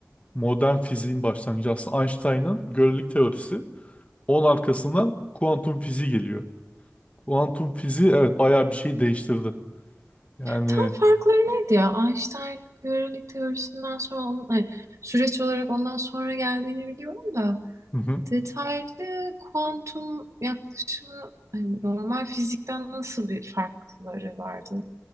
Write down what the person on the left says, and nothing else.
modern fiziğin başlangıcı aslında Einstein'ın görelilik teorisi. Onun arkasından kuantum fiziği geliyor. Kuantum fiziği evet bayağı bir şey değiştirdi. Yani
hı hı.